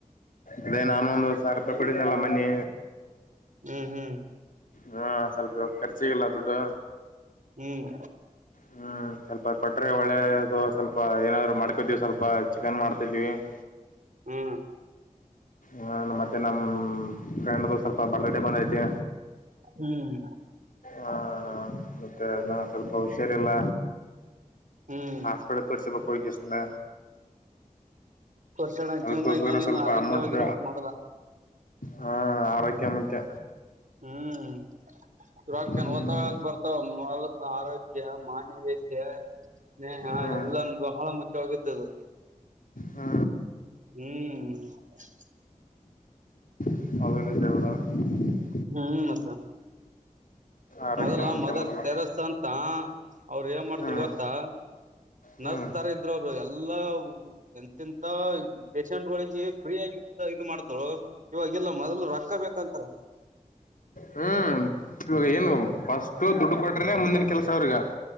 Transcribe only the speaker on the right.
ಹ್ಮ್ ಹ್ಮ್
ಹ್ಮ್
ಹ್ಮ್
ಹ್ಮ್
ಹ್ಮ್
ತೋರ್ಸಡ
ಜೀವನ್ದಾಗ ಏನಿಲ್ಲ
ಆರೋಗ್ಯವಾಗಿರ್ಬೇಕು
ಮೊದಲ
ಹ್ಮ್ ರೋಕ್ಕ
ಏನ ಹೊತವಾ ಬರ್ತಾವ ಮೊದಲ್ ಆರೋಗ್ಯ ಮಾನವೀಯತೆ. ಸ್ನೇಹಾ
ಎಲ್ಲನೂ ಬಹಳ ಮುಖ್ಯ ಆಗಿರ್ತತಿ ಅದು
ಹ್ಮ್ <inaudible>
ಹ್ಮ್ ಮತ್ತ
ಮೊದಲ
ಮದರ್
ತೆರಸ್ ಅಂತ ಅವ್ರ ಏನ್ ಮಾಡಿದರು
ಗೊತ್ತಾ
ನರ್ಸ್ ತರಾ ಇದ್ರು ಅವರು ಎಲ್ಲಾ ಎಂತಿಂತ ಪೇಶಂಟ್ಗಳಿಗೆ ಫ್ರೀ ಆಗಿಂತ ಇದು ಮಾಡಿದತಾಳು ಇವಾಗಲ್ಲ ಮೊದಲು ರೊಕ್ಕ ಬೇಕಂತಾರ